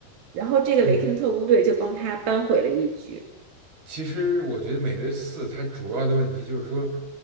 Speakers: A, on the right; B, on the right.
A: 然后这个《雷霆特工队》就帮他扳回了一局。
B: 嗯。其实我觉得《美队四》它主要的问题就是说，